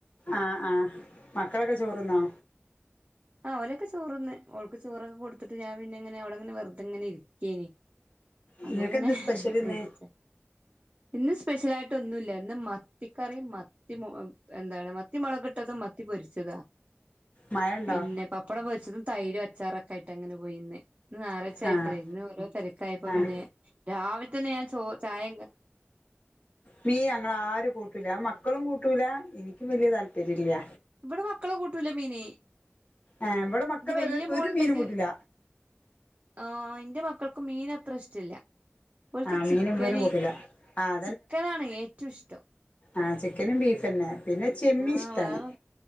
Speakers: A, on the left; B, on the right.
A: ആഹ് ആഹ് മക്കളൊക്കെ ചോറ്ന്നോ
B: ആ അവരൊക്കെ ചോറ്ന്ന് അവൾക്ക് ചോറൊക്കെ കൊടുത്തിട്ട് ഞാൻ പിന്നെ ഇങ്ങനെ അവിടെങ്ങനെ വെറുതെങ്ങനെ ഇരിക്കേനി
A: നിങ്ങൾക്ക്
B: അപ്പൊ ഇങ്ങനെ
A: എന്താ സ്പെഷ്യൽ ഇന്ന്
B: വിളിച്ചേ ഇന്ന് സ്പെഷ്യൽ ആയിട്ട് ഒന്നും ഇല്ല ഇന്ന് മത്തിക്കറി മത്തി മു എന്താണ് മത്തി മുളകിട്ടതും മത്തി പൊരിച്ചതാ
A: മഴ ഉണ്ടോ
B: പിന്നെ പപ്പടം പൊരിച്ചതും തൈരും അച്ചാറൊക്ക ആയിട്ട് അങ്ങനെ പോയിന്ന് ഇന്ന് ഞായറാഴ്ച്ച ആയപ്പളെ
A: ആഹ്
B: ഇന്ന് ഓരോ തിരക്കായിപ്പോ
A: ആഹ്
B: പിന്നെ രാവിലെ തന്നെ ഞാൻ ചോ ചായിം ക-
A: മീ ഞങ്ങ ആരും കൂട്ടൂല മക്കളും കൂട്ടൂല എനിക്കും വല്യ താല്പര്യ ഇല്ല
B: ഇവിടെ മക്കള് കൂട്ടൂല മീനി
A: ഏഹ് ഇവിടെ മക്കള്
B: എന്റെ വല്യ
A: ഒരു
B: മോളുണ്ടെങ്കിൽ
A: ഒരു മീനും കൂട്ടില്ല
B: ആ എന്റെ മക്കൾക്ക് മീൻ അത്ര ഇഷ്ടമില്ല അവൾക്ക്
A: ആഹ്
B: ചിക്കന്
A: മീനും ഇവരും കൂട്ടില്ല ആഹ്
B: ചിക്കനാണ് ഏറ്റവും ഇഷ്ടം
A: ആ ചിക്കനും ബീഫ് തന്നെ പിന്നെ ചെമ്മീൻ
B: ആ
A: ഇഷ്ടാണ്
B: വേറെ